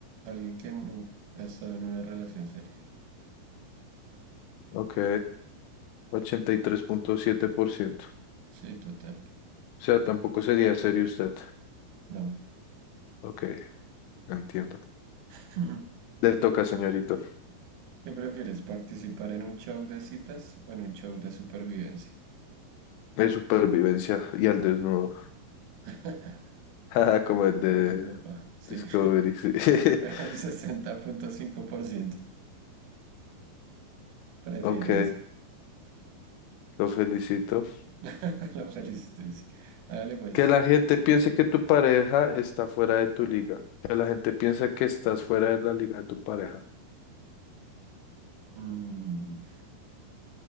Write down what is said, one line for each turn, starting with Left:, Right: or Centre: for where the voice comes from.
Right: Alguien que nunca ha estado en una relación seria.
Left: Ok, ochenta y tres punto siete por ciento
Right: Sí, total.
Left: O sea, tampoco sería serio usted.
Right: No.
Left: Ok, entiendo.
Right: <laughs>
Left: Le toca, señorito.
Right: ¿Qué prefieres, participar en un show de citas o en un show de supervivencia?
Left: De supervivencia y al desnudo.
Right: <laughs>
Left: <laughs> Jaja, Como el de
Right: Como su papá, sí.
Left: Discovery.
Right: <laughs>
Left: sí.
Right: El
Left: <laughs>
Right: sesenta punto cinco por ciento prefiere
Left: Ok,
Right: eso.
Left: lo felicito.
Right: <laughs> Lo felicito. dice. Hágale pues.
Left: Que la gente piense que tu pareja está fuera de tu liga. Que la gente piense que estás fuera de la liga de tu pareja.
Right: Mm,